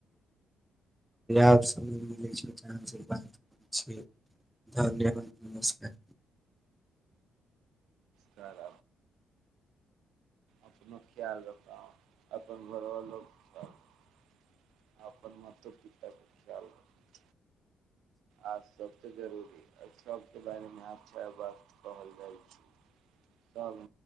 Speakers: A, in the centre; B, on the right.
A: आब समय मिलै छै तं बात करै छी, धन्यवाद नमस्कार।
B: चर अपनो खयाल राखु और अपन घरवालो के खयाल राखु। अपन माता पिता के खयाल राखु। आज सबसे जरूरी। एहि सबके बारेमे अच्छा बात कहल जाइ छै, सब